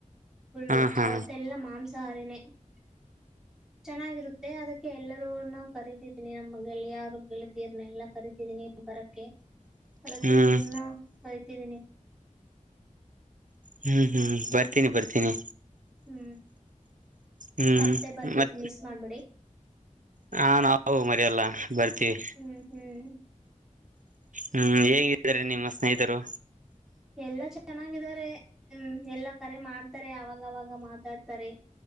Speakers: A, in the centre; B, on the right (about 75°).
A: ಫುಲ್ಲು
B: ಹಾ ಹಾ
A: ಅವವತ್ತೆಲ್ಲಾ ಮಾಂಸಾಹಾರಿನೇ <unintelligible> ಚೆನ್ನಾಗಿರುತ್ತೆ ಅದಕ್ಕೆ ಎಲ್ಲರೂನ್ನ ಕರೀತಿದ್ದೀನಿ ನಮ್ಮ ಗೆಳೆಯಾರೂ ಗೆಳತೀರ್ನೆ ಎಲ್ಲ ಕರೀತಿದ್ದೀನಿ ಬರಕ್ಕೆ ಅದಕ್ಕೆ
B: ಹ್ಮ್
A: ನಿಮನ್ನ ಕರಿ.... ತಿರುನಿ
B: ಹ್ಮ್ ಹ್ಮ್ ಬರ್ತೀನಿ ಬರ್ತೀನಿ
A: ಹೂ
B: ಹ್ಮ್
A: ತಪ್ಪದೆ ಬರ್ಬೇಕು
B: ಮತ್
A: ಮಿಸ್ ಮಾಡ್ಬಿಡಿ
B: ಹಾ ನಾವು ಮರಿಯಲ್ಲ ಬರ್ತೀವಿ
A: ಹ್ಮ್ ಹ್ಮ್
B: ಹ್ಮ್ ಹೇಗಿದ್ದಾರೆ ನಿಮ್ಮ ಸ್ನೇಹಿತರು
A: ಎಲ್ಲಾ ಚೆನ್ನಾಗಿದ್ದಾರೆ ಹ ಎಲ್ಲಾ ಕರೆ ಮಾಡ್ತಾರೆ ಅವಾಗವಾಗ ಮಾತಾಡ್ತಾರೆ